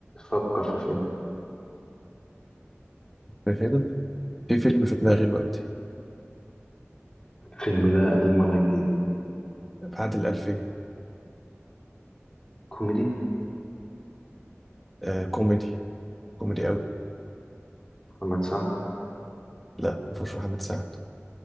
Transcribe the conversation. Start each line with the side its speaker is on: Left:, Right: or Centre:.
Left: فكر في فيلم
Centre: في فيلم في فيلم في دماغي دلوقتي
Left: الفيلم ده قديم ولا جديد
Centre: بعد الألفية
Left: كوميدي
Centre: آه كوميدي كوميدي قوي
Left: محمد سعد
Centre: لا ما فيهوش محمد سعد